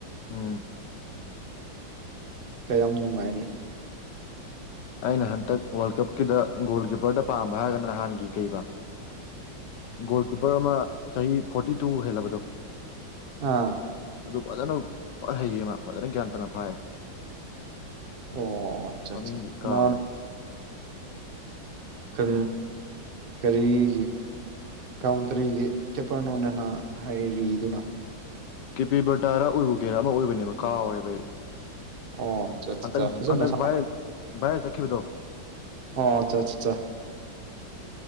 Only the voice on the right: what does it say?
ꯀꯌꯥꯝ ꯅꯨꯡꯉꯥꯏꯅꯤ
ꯑꯥ
ꯑꯣ ꯑꯆꯥ
ꯑꯆꯥ ꯀ
ꯈ ꯀꯔꯤꯒꯤ ꯀꯥꯎꯟꯇ꯭ꯔꯤꯒꯤ ꯆꯄꯅꯣꯅꯅ ꯍꯥꯏꯔꯤꯗꯨꯅ
ꯑꯣ
ꯑ ꯐꯖꯅ
ꯁꯣ
ꯑꯣ ꯑ